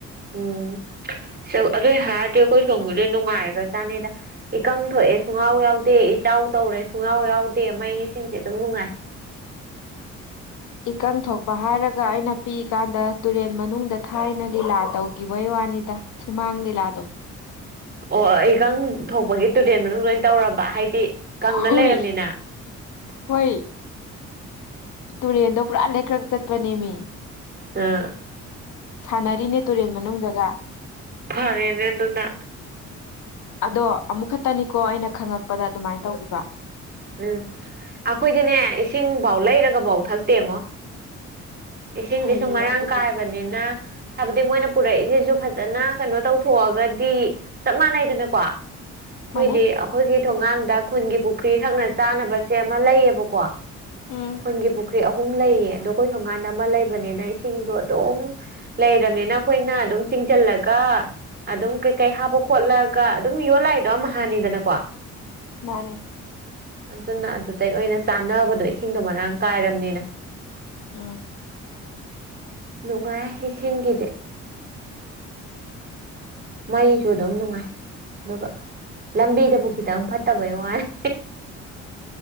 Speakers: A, on the right (about 30°); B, on the left (about 75°).
A: ꯎꯝ ꯑꯗꯨꯏ ꯍꯥꯏꯔꯗꯤ ꯑꯈꯣꯏ ꯁꯣꯝꯒꯤꯗꯤ ꯅꯨꯡꯉꯥꯏꯒ꯭ꯔꯖꯥꯠꯅꯤꯗ ꯏꯀꯪ ꯊꯣꯛꯑꯦ ꯁꯨꯡꯌꯥꯎ ꯌꯥꯎꯗꯦ ꯏꯆꯥꯎ ꯇꯧꯔꯦ ꯁꯨꯡꯌꯥꯎ ꯌꯥꯎꯗꯦ ꯃꯩ ꯏꯁꯤꯡꯖꯦ ꯑꯗꯨꯝ ꯅꯨꯡꯉꯥꯏ
B: ꯏꯀꯪ ꯊꯣꯛꯄ ꯍꯥꯏꯔꯒ ꯑꯩꯅ ꯄꯤꯛꯏꯀꯥꯟꯗ ꯇꯨꯔꯦꯟ ꯃꯅꯨꯡꯗ ꯊꯥꯏꯅ ꯂꯤꯂꯥ ꯇꯧꯒꯤꯕꯩ ꯋꯥ ꯅꯤꯗ ꯁꯨꯃꯥꯡ ꯂꯤꯂꯥꯗꯣ
A: ꯑꯣ ꯏꯀꯪ ꯊꯣꯛꯄꯒꯤ ꯇꯨꯔꯦꯟ ꯃꯅꯨꯡꯗ ꯑꯣꯏꯅ ꯇꯧꯔ ꯕ ꯍꯥꯏꯗꯤ ꯀꯪꯉ
B: ꯍꯣꯏ
A: ꯂꯩꯔꯝꯅꯤꯅ
B: ꯍꯣꯏ ꯇꯨꯔꯦꯟꯗꯣ ꯄꯨꯔꯥ ꯂꯩꯀ꯭ꯔꯛ ꯆꯠꯄꯅꯦꯃꯤ
A: ꯎꯝ
B: ꯁꯥꯟꯅꯔꯤꯅꯦ ꯇꯨꯔꯦꯟ ꯃꯅꯨꯡꯗꯒ
A: ꯐꯔꯦꯅꯦ ꯑꯗꯨꯅ
B: ꯑꯗꯣ ꯑꯃꯨꯛ ꯈꯇꯅꯤꯀꯣ ꯑꯩꯅ ꯈꯪꯉꯛꯄꯗ ꯑꯗꯨꯝꯃꯥꯏ ꯇꯧꯒꯤꯕ
A: ꯎꯝ ꯑꯈꯣꯏꯗꯤꯅꯦ ꯏꯁꯤꯡꯕꯥꯎ ꯂꯩꯔꯒꯕꯥꯎ ꯊꯛꯇꯦꯉꫭ ꯏꯁꯤꯡꯖꯦ
B: ꯐꯩꯌꯦ
A: ꯁꯨꯝ ꯃꯔꯥꯡ
B: ꯑꯗꯨꯕꯨꯗꯤ
A: ꯀꯥꯏꯕꯅꯤꯅ ꯍꯥꯏꯕꯗꯤ ꯃꯣꯏꯅ ꯄꯨꯔꯛꯏꯖꯤꯖꯨ ꯐꯖꯅ ꯀꯩꯅꯣ ꯇꯧꯊꯣꯛꯑꯒꯗꯤ ꯆꯞ ꯃꯥꯟꯅꯩꯗꯅꯀꯣ ꯑꯈꯣꯏꯗꯤ
B: ꯃꯥꯟꯅꯩ
A: ꯑꯈꯣꯏꯒꯤ ꯊꯣꯡꯒꯥꯟꯗ ꯈꯨꯟꯒꯤ ꯄꯨꯈ꯭ꯔꯤ ꯊꯛꯅ ꯆꯥꯅꯕꯁꯦ ꯑꯃ ꯂꯩꯌꯦꯕꯀꯣ
B: ꯎꯝ
A: ꯈꯨꯟꯒꯤ ꯄꯨꯈ꯭ꯔꯤ ꯑꯍꯨꯝ ꯂꯩꯌꯦ ꯑꯗꯣ ꯑꯈꯣꯏ ꯊꯣꯡꯒꯥꯟꯗ ꯑꯃ ꯂꯩꯕꯅꯤꯅ ꯏꯁꯤꯡꯗꯣ ꯑꯗꯨꯝ ꯂꯩꯔꯝꯅꯤꯅ ꯑꯩꯈꯣꯏꯅ ꯑꯗꯨꯝ ꯆꯤꯡꯖꯜꯂꯒ ꯑꯗꯨꯝ ꯀꯩꯀꯩ ꯍꯥꯞꯄ ꯈꯣꯠꯂꯒ ꯑꯗꯨꯝ ꯌꯣꯜ ꯥꯂꯥꯛꯏꯗꯣ ꯑꯝꯍꯥꯅꯤꯗꯅꯀꯣ
B: ꯃꯥꯅꯦ
A: ꯑꯗꯨꯅ ꯑꯗꯨꯗꯩ ꯑꯣꯏꯅ ꯆꯥꯟꯅꯕꯗꯣ ꯏꯁꯤꯡꯗꯣ ꯃꯔꯥꯡ ꯀꯥꯏꯔꯝꯅꯤꯅ
B: ꯎꯝ
A: ꯅꯨꯡꯉꯥꯏ ꯏꯁꯤꯡꯒꯤꯗꯤ ꯃꯩꯁꯨ ꯗꯨꯝ ꯅꯨꯡꯉꯥꯏ ꯑꯗꯨꯒ ꯂꯝꯕꯤꯗꯕꯨ ꯈꯤꯇꯪ ꯐꯠꯇꯕꯩ ꯋꯥꯅꯦ